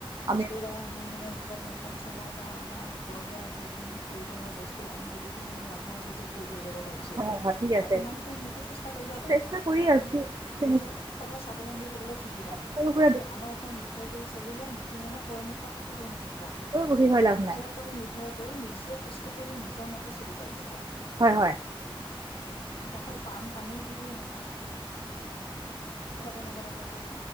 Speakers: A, on the left; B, on the right.
A: বস্তুৰ
B: আমি
A: দ্বাৰা আমি নিজৰ ঘৰখন চলাই বা আমাৰ ঘৰ দুৱাৰ যিখিনি প্ৰয়োজনীয় বস্তু আমি গোটেইখিনি মানে অভাৱ অভিযোগ পুৰ কৰি ল'ব পাৰিছো
B: হয় হয় ঠিক আছে
A: আৰু তোমালোকে সেনেকে চেষ্টা কৰিবা দেই
B: চেষ্টা কৰি
A: কাৰণটো
B: আছোঁ তেনেকে
A: নিজক সদায় স্বাৱলম্বী হবলৈ শিকিবা
B: সৰু সুৰা
A: কাৰণ আনৰ ওপৰত নিৰ্ভয় কৰি চলিলে নিজনৰ পৰমৰ্শা নাথাকিবা
B: দোকানৰ বহি হৈ লাভ
A: নিজৰ
B: নাই
A: ওপৰতে নিৰ্ভৰ কৰি নিচ নিজে কষ্ট কৰি নিজৰ মতে চলি যাই থাকিবা
B: হয় হয়
A: এতিয়া অকল পাণ তামোল বুলিয়ে নহয় চাবাগানো বনাব পাৰা